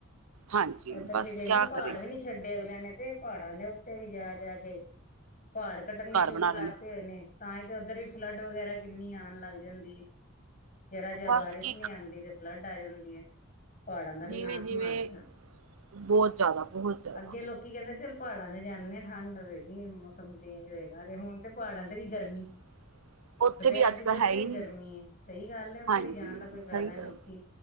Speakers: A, on the right (about 80°); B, on the left (about 35°).
A: ਹਾਂਜੀ,
B: ਇੱਧਰ
A: ਬਸ
B: ਵੀ ਦੇਖਲੋ
A: ਕਿਆ
B: ਪਹਾੜ
A: ਕਰੇ?
B: ਵੀ ਨੀ ਛੱਡੇ ਅਗਲਿਆਂ ਨੇ ਤੇ, ਪਹਾੜਾਂ ਦੇ ਉੱਤੇ ਵੀ ਜਾ -ਜਾ ਕੇ ਪਹਾੜ ਕੱਟਣੇੇ
A: ਘਰ
B: ਸ਼ੁਰੂ
A: ਬਣਾ
B: ਕਰਤੇ
A: ਲੈਣੇ
B: ਹੋਏ ਨੇ, ਤਾਂ ਹੀ ਤੇ ਉੱਧਰ ਵੀ ਫਲੱਡ ਵਗੈਰਾ ਕਿੰਨੀ ਆਣ ਲੱਗ ਜਾਂਦੀ ਹੈ। ਜਰਾ ਜ
A: ਬਸ
B: ਬਾਰਿਸ਼
A: ਕੀ
B: ਨਹੀਂ ਆਂਦੀ, ਤੇ ਫਲੱਡ ਆ ਜਾਂਦੀ ਹੈ। ਪਹਾੜਾਂ ਦਾ
A: ਜਿਵੇਂ-ਜਿਵੇਂ
B: ਵੀ ਨਾਸਮ੍ਹਾਰ ਦਿਤਾ,
A: ਬਹੁਤ ਜ਼ਿਆਦਾ ਬਹੁਤ ਜ਼ਿਆਦਾ
B: ਅੱਗੇ ਲੋਕ ਕੀ ਕੈਂਦੇ, ਅ ਚਲ ਪਹਾੜਾਂ ਤੇ ਜਾਂਦੇ ਹਾਂ ਠੰਡ ਹੋਵੇਗੀ, ਮੌਸਮ ਚੇਂਜ ਹੋਏਗਾ, ਤੇ ਹੁਣ ਤੇ ਪਹਾੜਾਂ ਤੇ ਵੀ, ਗਰਮੀ
A: <unintelligible>
B: ਦੁਪੈਰ
A: ਵੀ ਅੱਜ
B: ਚ
A: ਕੱਲ੍ਹ
B: ਤੇ ਉੱਥੇ
A: ਹੈ ਹੀ
B: ਵੀ
A: ਨਹੀਂ
B: ਗਰਮੀ ਏ ਸਹੀ ਗੱਲ ਹੈ, ਉੱਥੇ
A: ਹਾਂਜੀ
B: ਵੀ ਜਾਣ ਦਾ ਕੋਈ ਫੈਦਾ
A: ਸਹੀ
B: ਨੀ,
A: ਗੱਲ
B: ਲੋਕ ਕੀ